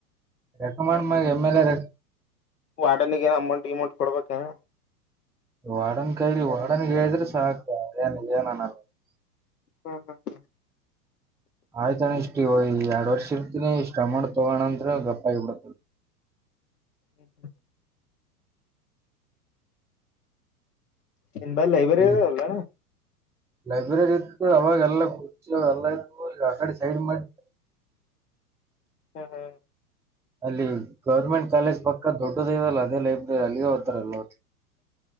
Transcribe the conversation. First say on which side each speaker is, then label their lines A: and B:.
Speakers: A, in the centre; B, on the left.
A: ರೆಕಮಾಂಡ್ ಮಗೆ ಎಮ ಎಲ್ ಎ.
B: ವಾಡನಗ ಏನ ಅಮೌಂಟ್ ಗಿಮೌಂಟ್ ಕೊಡ್ಬೇಕೇನ.
A: ವಾರ್ಡನ್ ಕೈಲಿ ವಾರ್ಡನ್ಗೆ ಹೇಳಿದ್ರೆ ಸಾಕು ಏನ್ <unintelligible>
B: ಹ್ಮ ಹ್ಮ್ ಹ್ಮ
A: ಆಯ್ತಣ್ಣ ಇಷ್ಟ್ ಎರಡ್ ವರ್ಷ ಇರ್ತೀನಿ ಇಷ್ಟ ಅಮೌಂಟ್ ತಗೋಣ ಅಂದ್ರ ಗಪ್ಪ ಆಗಿಬಿಡತದ.
B: ಹ್ಮ್ ಹ್ಮ್ ಇನ್ ಬ ಲೈಬ್ರರಿದಲ್ಲ.
A: ಈ ಲೈಬ್ರರಿ ಇತ್ತು ಅವಾಗೆಲ್ಲ ಕುರ್ಚಾಗ ಎಲ್ಲಾ ಇತ್ತು ಆಕಡೆ ಸೈಡ್ ಮಾಡ
B: ಹ್ಮ ಹ್ಮ
A: ಅಲ್ಲಿ ಗೌರ್ಮೆಂಟ್ ಕಾಲೇಜ್ ಪಕ್ಕ ದೊಡ್ಡದ ಇಲ್ಲ ಅದೇ ಲೈಬ್ರರಿ ಅಲ್ಲಿಗೆ ಹೋರಲ್ವ